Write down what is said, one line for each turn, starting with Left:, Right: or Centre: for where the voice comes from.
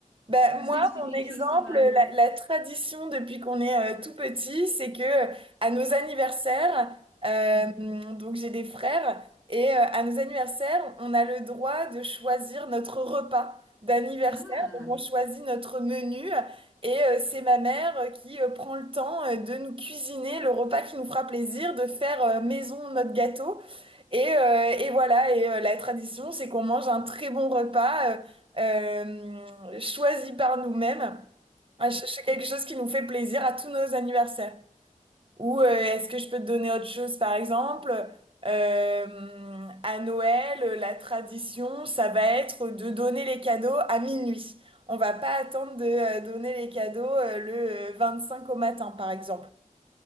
Right: Ben,
Left: Est-ce
Right: moi,
Left: que tu fais
Right: mon
Left: quelque
Right: exemple,
Left: chose, toi, par exemple?
Right: la, la tradition depuis qu'on est euh, tout petit, c'est que euh, à nos anniversaires, euh,
Left: Mhm.
Right: donc j'ai des frères, et euh, à nos anniversaires, on a le droit de choisir notre repas d'anniversaire.
Left: Ah,
Right: Donc on choisit notre menu, et euh, c'est ma mère euh, qui euh, prend le temps euh, de nous cuisiner le repas qui nous fera plaisir, de faire euh, maison notre gâteau. Et, euh, et voilà, et euh, la tradition, c'est qu'on mange un très bon repas euh, euh, choisi par nous-mêmes. Ah, C'est c'est quelque chose qui nous fait plaisir à tous nos anniversaires. Ou euh, est-ce que je peux te donner autre chose, par exemple? Euh, à Noël, euh, la tradition, ça va être de donner les cadeaux à minuit. On va pas attendre de euh, donner les cadeaux euh, le euh, 25 au matin, par exemple.